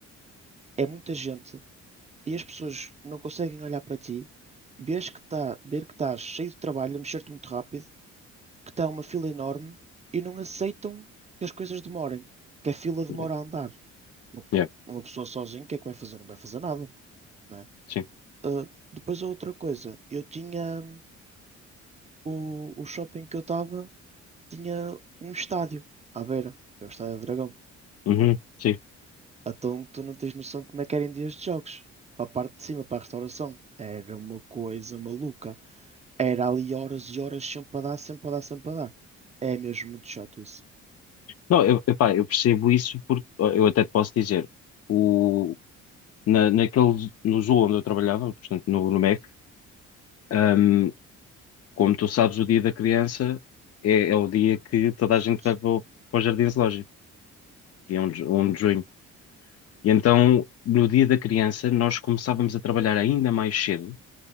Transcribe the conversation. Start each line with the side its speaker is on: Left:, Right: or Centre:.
Right: é muita gente e as pessoas não conseguem olhar para ti, vês que tá, ver que estás cheio de trabalho, a mexer-te muito rápido, que está uma fila enorme e não aceitam que as coisas demorem, que a fila demora
Left: Yep.
Right: a andar. O que
Left: Yep.
Right: uma pessoa sozinha, o que é que vai fazer? Não vai fazer nada, não é?
Left: Sim.
Right: Ah, depois a outra coisa, eu tinha hum, o, o shopping que eu estava, tinha um estádio à beira, que é o Estádio do Dragão.
Left: Uhum. Sim.
Right: Então tu não tens noção de como é que eram dias de jogos. Para a parte de cima, para a restauração. Era uma coisa maluca. Era ali horas e horas sempre a dar, sempre a dar, sempre a dar. É mesmo muito chato isso.
Left: Não, eu, epá, eu percebo isso porque ó, eu até te posso dizer, o, na, naquele, no Zoom onde eu trabalhava, portanto, no, no Mac. Ahm, como tu sabes, o dia da criança é, é o dia que toda
Right: Jesus,
Left: a gente vai
Right: sim.
Left: para o, para o Jardim Zoológico, dia 1 de, ju- 1 de junho. E então, no dia da criança, nós começávamos a trabalhar ainda mais cedo.